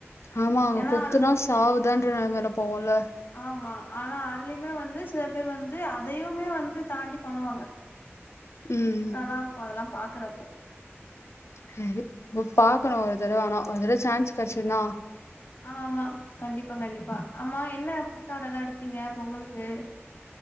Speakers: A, on the left; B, on the left.
A: ஆமா அவங்க
B: ஏன்னா
A: குத்துனா
B: அது
A: சாவுதான்ற நெலமைல போவோல
B: அமா ஆனா அதுலயுமே வந்து சில பேர் வந்து அதையுமே வந்து தாண்டி பண்ணுவாங்க
A: ம்
B: நல்லா இருக்கு அதெல்லா பாக்குறப்போ
A: சரி போய் பாக்கணு ஒரு தடவ ஆனா ஒரு தடவ சான்ஸ் கெடச்சுத்னா
B: ஆமா ஆமா கண்டிப் பா கண்டிப்பா ஆமா என்ன புத்தாட எல்லா எடுத்தீங்க பொங்கலுக்கு